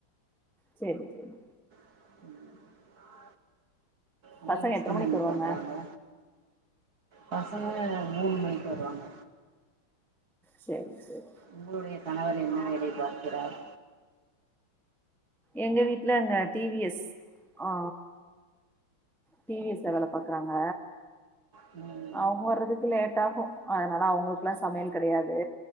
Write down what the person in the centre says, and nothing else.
சேரி சேரி
பசங்க
எத்தன மணிக்கு
வருவாங்க
சேரி சேரி
எங்க வீட்ல இங்க டி வி எஸ் ஆ டி வி எஸ் ல வேல பாக்குறாங்க
அவங்க வர்றதுக்கு லேட் ஆகு அதனால அவங்களுக்குலா சமையல் கெடையாது